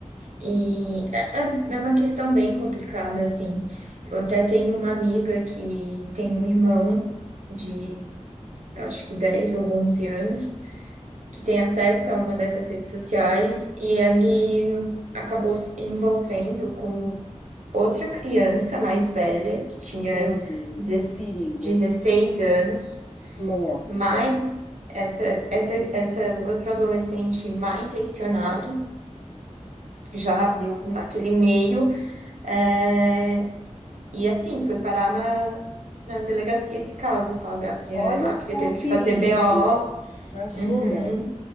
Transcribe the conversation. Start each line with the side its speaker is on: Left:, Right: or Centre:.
Right: E é, é é uma questão bem complicada, assim. Eu até tenho uma amiga que tem um irmão de, acho que 10 ou 11 anos, que tem acesso a uma dessas redes sociais e ele acabou se envolvendo com outra criança mais velha, que tinha
Left: Meu Deus,
Right: dezes-
Left: que perigo.
Right: 16 anos.
Left: Nossa,
Right: Mai, essa, essa, essa outra adolescente mal intencionado, já
Left: meu
Right: naquele
Left: Deus.
Right: meio, é, e assim, foi parar na, na delegacia esse caso, sabe? A minha
Left: Olha
Right: amiga
Left: só
Right: teve
Left: o
Right: que
Left: perigo.
Right: fazer BO.
Left: Imagina.
Right: uhum,